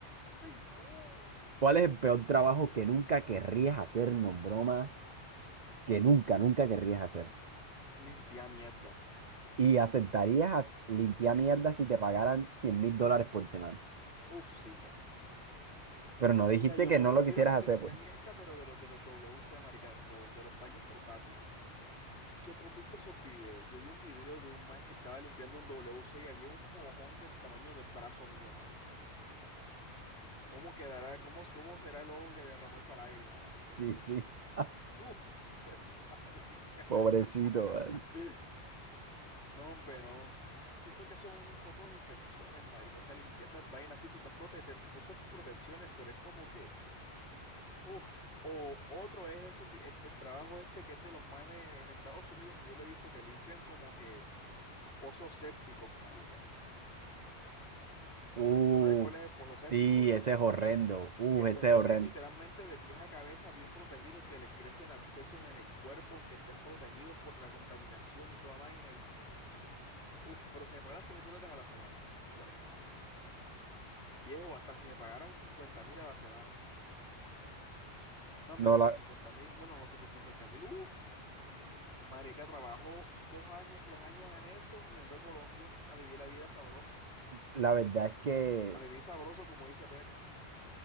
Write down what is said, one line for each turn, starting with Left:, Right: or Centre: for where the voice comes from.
Left: ¡Ay, no!
Right: ¿Cuál es el peor trabajo que nunca querrías hacer, no broma? que nunca, nunca querrías hacer.
Left: limpia mierda.
Right: Y aceptarías as- limpiar mierda si te pagaran cien mil dólares por semana.
Left: Uf, sisa.
Right: Pero no dijiste
Left: O sea, yo,
Right: que
Left: yo
Right: no
Left: me
Right: lo
Left: refiero
Right: quisieras
Left: a
Right: hacer,
Left: limpiar
Right: pues.
Left: mierda, pero de los de los WC, marica, de los, de los paños portátiles. Es que tú has visto esos videos. Yo vi un video de un man que estaba limpiando un WC y había un mojón del tamaño del brazo mío, marica. ¿Cómo quedará? ¿Cómo, cómo será el ojo que derramó esa lágrima, marica?
Right: Sí, sí. <laughs>
Left: <laughs> Uf, tú eres un marica.
Right: Pobrecito, man.
Left: <laughs> No, hombre, no. Siento que eso es un foco de infecciones, marica. O sea, limpiar esas vainas. Sí, tú estás prote te- tú usas tus protecciones, pero es como que, uf. O otro es ese ti- este trabajo este que es de los manes en Estados Unidos que yo lo he visto que limpian como que pozos sépticos, marica.
Right: Uf,
Left: Tú sabes cuál es el pozo séptico,
Right: sí,
Left: ¿verdad?
Right: ese es horrendo. Uf,
Left: Que se
Right: ese
Left: meten
Right: es horrendo.
Left: literalmente de pies a cabeza bien protegidos, que les crecen abscesos en el cuerpo, aunque estén protegidos por la contaminación y toda vaina. Y, uff, pero si me pagaran cien mil dólares a la semana, tú eres marica. Viejo, hasta si me pagaran cincuenta mil a la semana. No, hombre,
Right: No,
Left: no,
Right: la,
Left: por cincuenta mil, bueno, no, si por cincuenta mil, uff, marica, trabajo dos años, tres años en eso y me vengo a Colombia a vivir la vida sabrosa.
Right: la verdad es que.
Left: A vivir sabroso, como dice Petro.